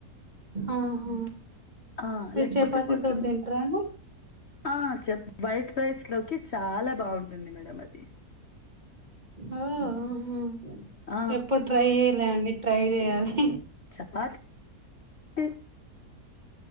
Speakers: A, on the right; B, on the left.
A: ఆహా
B: ఆ
A: మీరు
B: లేకపోతే
A: చపాతి
B: కొంచెం
A: తోటి తింటారాండి
B: ఆ చెప్ వైట్ రైస్లోకి చాలా బాగుంటుంది మేడం అది
A: ఓ ఆహా
B: ఆ
A: ఎప్పుడు ట్రై చేయాలే అండి ట్రై చేయాలి
B: చపాతి <inaudible> తి